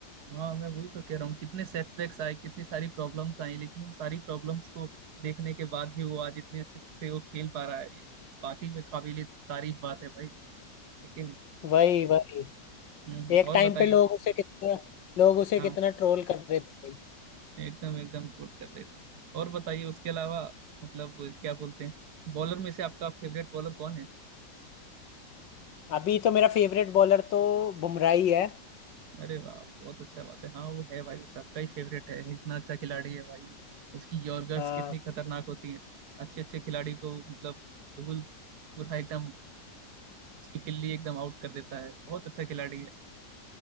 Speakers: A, on the right; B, on the left.
A: हाँ मैं वही तो कह रहा हूँ कितने सेटबैक्स आए कितनी सारी प्रॉब्लम्स आई लेकिन उन सारी प्रॉब्लम्स को देखने के बाद भी वो आज इतने अच्छे से वो खेल पा रहा है बाकी में काबिले तारीफ बात है भाई है कि नहीं
B: वही वही
A: हम्म
B: एक
A: और
B: टाइम
A: बताइए
B: पे लोग उसे कितना लोग उसे
A: हाँ
B: कितना ट्रोल कर रहे थे भाई
A: एकदम एकदम फुल कर ले और बताइए उसके अलावा मतलब क्या बोलते हैं बॉलर में से आपका फेवरेट बॉलर कौन है
B: अभी तो मेरा फेवरेट बॉलर तो बुमराह ही है
A: अरे वाह बहुत अच्छा बात है हाँ वो है भाई वो सबका ही फेवरेट है इतना अच्छा खिलाड़ी है भाई वो उसकी यॉर्कर्स
B: हाँ
A: कितनी खतरनाक होती है अच्छे अच्छे खिलाड़ी को मतलब धूल पूरा एकदम उसकी किल्ली एकदम आउट कर देता है बहुत अच्छा खिलाड़ी है